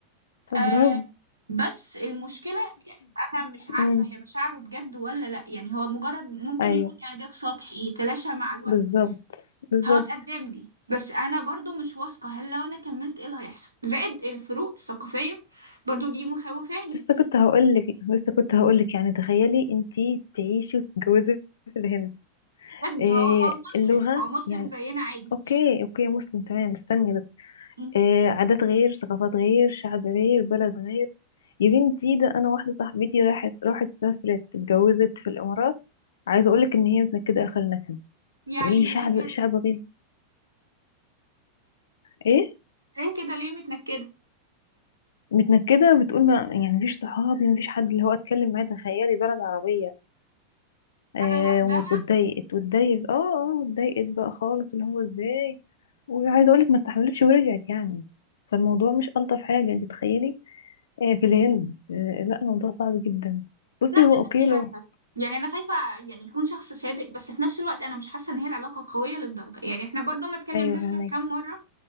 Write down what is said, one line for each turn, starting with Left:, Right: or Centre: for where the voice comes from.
Left: طب
Right: آه
Left: برافو
Right: بس المشكلة يعني انا مش عارفة
Left: امم
Right: هي مشاعره بجد ولا لا يعني هو مجرد ممكن
Left: ايوه
Right: يكون اعجاب سطحي يتلاشى مع الوقت
Left: بالظبط بالظبط
Right: هتقدم لي بس انا برضو مش واثقة هل لو انا كملت ايه اللي هيحصل زائد الفروق الثقافية برضو دي مخوفاني
Left: لسه كنت هقول لك لسه كنت هقول لك يعني تخيلي انتي تعيشي وتتجوزي في الهند
Right: بجد
Left: إيه
Right: هو هو مسلم
Left: اللغة
Right: هو مسلم
Left: يعني
Right: زينا عادي
Left: اوكي اوكي مسلم تمام استني بس
Right: م.
Left: آه عادات غير ثقافات غير شعب غير بلد غير يا بنتي ده انا واحده صاحبتي راحت راحت سافرت اتجوزت في الامارات عايزه اقولك ان هي متنكده اخر نكد
Right: يا
Left: تقول
Right: عيني
Left: لي شعب
Right: ليه كده
Left: شعب غير ايه
Right: ليه كده ليه متنكدة
Left: متنكده بتقول ما يعني مفيش صحابي مفيش حد اللي هو اتكلم معاه تخيلي بلد عربيه آه
Right: قاعدة لوحدها
Left: ومت- واتضايقت واتضايقت اه اه واتضايقت بقى خالص اللي هو ازاي وعايزه اقولك ما استحملتش ورجعت يعني فالموضوع مش الطف حاجه انت تخيلي آه، في الهند آه، لا الموضوع صعب جدا بصي
Right: انا بجد
Left: هو اوكي
Right: مش
Left: لو
Right: عارفة يعني انا خايفة يعني يكون شخص صادق بس في نفس الوقت انا مش حاسة ان هي العلاقة قوية للدرجة يعني احنا برضو ما اتكلمناش
Left: ايوه فهمك
Right: غير كام مرة